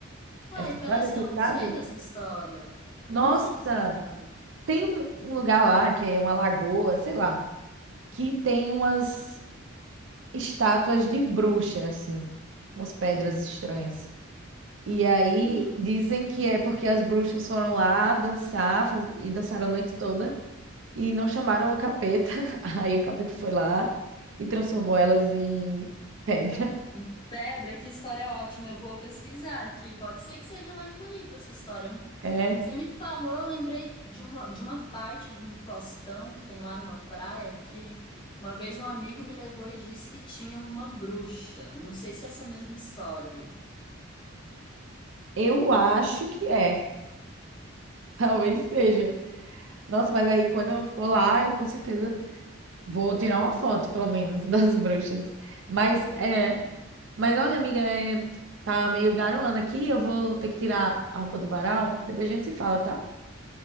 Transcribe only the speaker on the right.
Essa história,
você
sabe?
Nossa!
Tem um um lugar lá, que é uma lagoa, sei lá, que tem umas estátuas de bruxa, assim. Umas pedras estranhas. E aí
dizem que é porque as bruxas foram lá dançar faz- e dançaram a noite toda. E não chamaram o capeta. <laughs> Aí o capeta foi lá e transformou elas em pedra.
É,
eu acho que é. <laughs> Talvez seja. Nossa, mas aí quando eu for lá, eu com certeza vou tirar uma foto, pelo menos, <laughs> das bruxas. Mas
é,
mas olha, amiga, é, tá meio garoando aqui, eu vou ter que tirar a roupa do varal. Depois a gente se fala, tá?